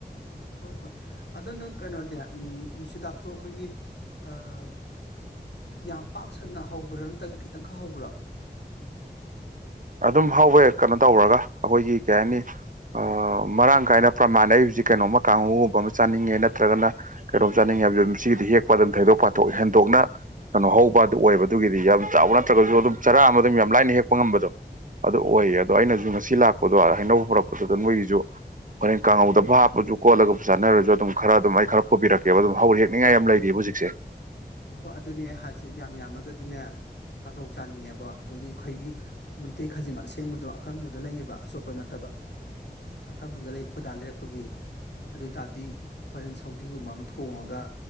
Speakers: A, on the left; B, on the right.
A: ꯍꯣ ꯍꯣꯏ ꯑꯗꯨ ꯅꯣꯏ ꯀꯩꯅꯣꯅꯦ ꯑꯝ ꯅꯨꯡꯁꯤꯗꯥꯛꯇꯣ ꯑꯩꯈꯣꯏꯒꯤ ꯑꯥ ꯌꯥꯝ ꯄꯥꯛ ꯁꯟꯅ ꯍꯧꯕ꯭ꯔꯥ ꯅꯠꯇ꯭ꯔꯒ ꯈꯤꯇꯪꯈꯛ ꯍꯧꯕ꯭ꯔꯣ
B: ꯑꯗꯨꯝ ꯍꯧꯋꯦ ꯀꯩꯅꯣ ꯇꯧꯔꯒ ꯑꯩꯈꯣꯏꯒꯤ ꯀꯩ ꯍꯥꯏꯅꯤ ꯑꯥ ꯃꯔꯥꯡ ꯀꯥꯏꯅ ꯄ꯭ꯔꯃꯥꯟ ꯅꯩ ꯍꯧꯖꯤꯛ ꯀꯩꯅꯣꯝꯃ ꯀꯥꯡꯒꯧꯒꯨꯝꯕ ꯑꯃ ꯆꯥꯅꯤꯡꯉꯦ ꯅꯠꯇ꯭ꯔꯒꯅ ꯀꯩꯅꯣꯝ ꯆꯥꯅꯤꯡꯉꯦ ꯍꯥꯏꯕꯗ ꯁꯤꯒꯤꯗꯤ ꯍꯦꯛꯄ ꯑꯗꯨꯝ ꯊꯩꯗꯣꯛ ꯄꯥꯊꯣꯛ ꯍꯦꯟꯗꯣꯛ ꯅꯥ ꯀꯩꯅꯣ ꯍꯧꯕ ꯑꯗꯨ ꯑꯣꯏꯕ ꯗꯨꯒꯤꯗꯤ ꯌꯥꯝ ꯆꯥꯎꯕ ꯅꯠꯇ꯭ꯔꯒꯁꯨ ꯑꯗꯨꯝ ꯆꯔꯥ ꯑꯃ ꯑꯗꯨꯝ ꯌꯥꯝ ꯂꯥꯏꯅ ꯍꯦꯛꯄ ꯉꯝꯕꯗꯣ ꯑꯗꯨ ꯑꯣꯏꯌꯦ ꯑꯗꯣ ꯑꯩꯅꯖꯨ ꯉꯁꯤ ꯂꯥꯛꯄꯗꯣ ꯍꯩꯅꯧ ꯄꯨꯔꯛꯄꯗꯨꯗ ꯅꯣꯏꯒꯤꯖꯨ ꯍꯣꯔꯦꯟ ꯀꯥꯡꯍꯧꯗꯕꯨ ꯍꯥꯞꯄꯁꯨ ꯀꯣꯠꯂꯒꯕꯨ ꯆꯠꯅꯔꯁꯨ ꯑꯗꯨꯝ ꯈꯔ ꯑꯗꯨꯝ ꯑꯩ ꯈꯔ ꯄꯨꯕꯤꯔꯛꯀꯦꯕ ꯑꯗꯨꯝ ꯍꯧꯔꯤ ꯍꯦꯛꯅꯤꯡꯉꯥꯏ ꯌꯥꯝ ꯂꯩꯔꯤꯕ ꯍꯨꯖꯤꯛꯁꯦ
A: ꯍꯣ ꯑꯗꯨꯅꯤ ꯑꯩ ꯍꯥꯏꯁꯦ ꯌꯥꯝ ꯌꯥꯝꯃꯒꯗꯤꯅꯦ ꯀꯥꯡꯍꯧ ꯆꯥꯅꯤꯡꯉꯦꯕ ꯑꯗꯨꯒꯤ ꯑꯩꯈꯣꯏꯒꯤ ꯃꯩꯇꯩ ꯈꯖꯤꯡ ꯑꯁꯦꯡꯕꯗꯣ ꯑꯀꯪꯕꯗ ꯂꯩꯌꯦꯕ ꯑꯆꯣꯠꯄ ꯅꯠꯇꯕ ꯑꯀꯪꯕꯗ ꯂꯩꯕꯌꯦꯕ ꯑꯩꯈꯣꯏ ꯗꯥ ꯂꯩꯔꯛꯄꯒꯤ ꯑꯗꯨ ꯇꯥꯔꯗꯤ ꯍꯣꯔꯦꯟ ꯁꯧꯒꯤꯒꯨꯝꯕ ꯑꯃ ꯊꯣꯡꯉꯒ